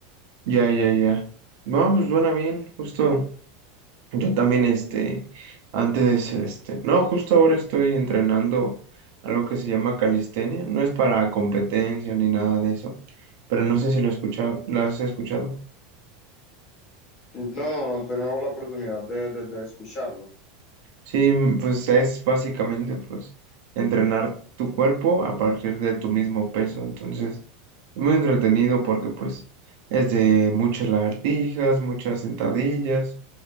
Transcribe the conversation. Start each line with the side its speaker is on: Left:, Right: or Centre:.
Right: ya, ya, ya. No, pues suena bien, justo. Yo también, este, antes, este, no, justo ahora estoy entrenando algo que se llama calistenia. No es para competencia ni nada de eso, pero no sé si lo escucha, lo has escuchado.
Left: No, no, no, tengo la oportunidad de, de, de escucharlo.
Right: Sí, pues es básicamente, pues, entrenar tu cuerpo a partir de tu mismo peso. Entonces, es muy entretenido porque, pues, es de muchas lagartijas, muchas sentadillas